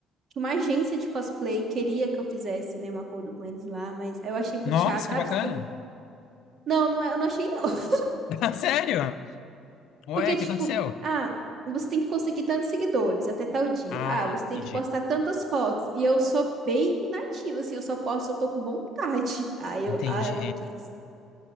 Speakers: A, on the right (about 50°); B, on the left (about 70°).
A: que uma agência de cosplay queria que eu fizesse, né, um acordo com eles lá, mas eu achei muito
B: Nossa,
A: chato.
B: que
A: Ah,
B: bacana.
A: você tem. Não, não é, eu não achei, não. <laughs>
B: <laughs> Sério? Ué,
A: Porque,
B: o
A: tipo,
B: que aconteceu?
A: ah, você tem que conseguir tantos seguidores até tal dia.
B: Ah,
A: Ah, você
B: entendi.
A: tem que postar tantas fotos. E eu sou bem inativa, assim, eu só posto se eu tô com vontade. <laughs> Ah, eu,
B: Entendi.
A: ah, eu não quis.